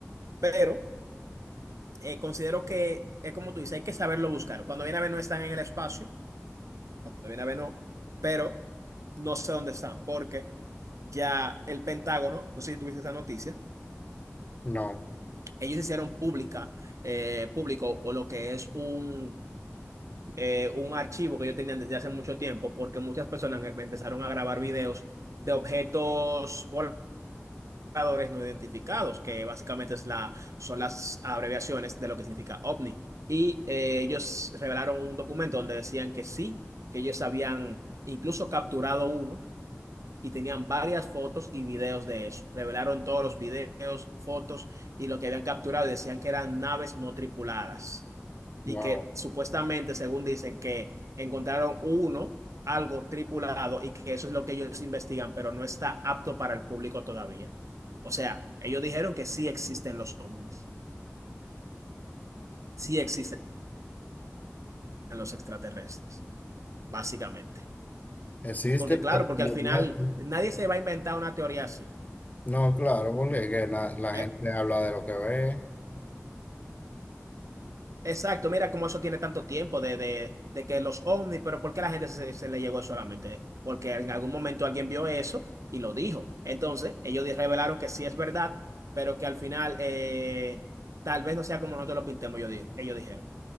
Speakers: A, on the right; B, on the left.
A: pero eh, considero que es como tú dices, hay que saberlo buscar. Cuando viene a ver no están en el espacio, cuando viene a ver no, pero no sé dónde están, porque ya el Pentágono, no sé si tuviste esa noticia,
B: No,
A: ellos hicieron pública, eh, público o lo que es un, eh, un archivo que ellos tenían desde hace mucho tiempo, porque muchas personas empezaron a grabar videos de objetos voladores buscadores no identificados, que básicamente es la, son las abreviaciones de lo que significa OVNI. Y eh, ellos revelaron un documento donde decían que sí, que ellos habían incluso capturado uno y tenían varias fotos y videos de eso. Revelaron todos los videos, fotos y lo que habían capturado y decían que eran naves no tripuladas y
B: wow.
A: que supuestamente, según dicen, que encontraron uno, algo tripulado y que eso es lo que ellos investigan, pero no está apto para el público todavía. O sea, ellos dijeron que sí existen los ovnis, sí existen los extraterrestres, básicamente.
B: Existe,
A: Porque
B: pero
A: claro, porque
B: no
A: al final
B: muestra.
A: nadie se va a inventar una teoría así.
B: No, claro, porque es que la, la
A: ¿eh?
B: gente habla de lo que ve.
A: Exacto, mira cómo eso tiene tanto tiempo de, de, de que los ovnis, pero ¿por qué la gente se, se le llegó solamente? Porque en algún momento alguien vio eso y lo dijo. Entonces, ellos di- revelaron que sí es verdad, pero que al final eh, tal vez no sea como nosotros lo pintemos, yo di- ellos dijeron.